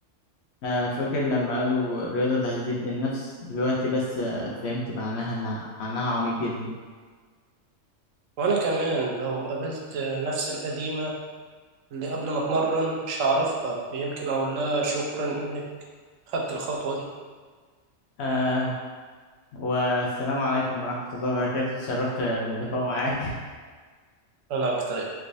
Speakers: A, on the left; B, on the right.
A: آه فاكر لما قالوا الرياضة تهذيب للنفس دلوقتي بس آه، فهمت معناها إنها- معناها عميق جدا
B: وأنا كمان لو قابلت نفس القديمة اللي قبل ما أتمرن مش هعرفها ويمكن أقول لها شكرا إنك خدت الخطوة دي
A: آه والسلام عليكم ورحمة الله وبركاته اتشرفت باللقاء معاك
B: أنا أكتر